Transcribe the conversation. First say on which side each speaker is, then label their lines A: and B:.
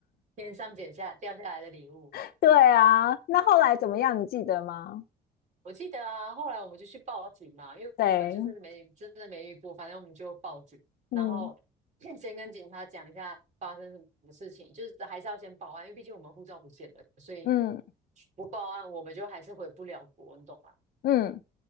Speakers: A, on the right; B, on the left.
A: 天上捡下掉下来的礼物。
B: <laughs> 对啊，那后来怎么样？你记得吗？
A: 我记得啊，后来我们就去报警嘛，因为我们就是没真的没遇过，
B: 对，
A: 反正我们就报警，
B: 嗯
A: 然后 <clears throat> 先跟警察讲一下发生什么事情，就是还是要先报案，因为毕竟我们护照不见了，所以
B: 嗯
A: 不报案我们就还是回不了国，你懂吗？
B: 嗯，